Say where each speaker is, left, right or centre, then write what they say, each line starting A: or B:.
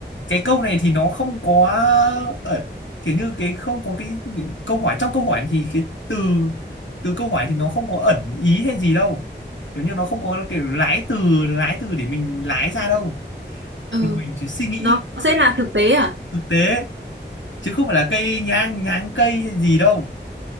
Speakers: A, on the left (about 80°); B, on the right (about 80°).
A: cái câu này thì nó không có ở kiểu như cái không có cái, cái câu hỏi trong câu hỏi thì cái từ từ câu hỏi thì nó không có ẩn ý hay gì đâu kiểu như nó không có kiểu lái từ lái từ để mình lái ra đâu
B: Ừ,
A: mà mình chỉ suy nghĩ
B: nó sẽ là thực tế à?
A: thực tế chứ không phải là cây nhang nháng cây hay gì đâu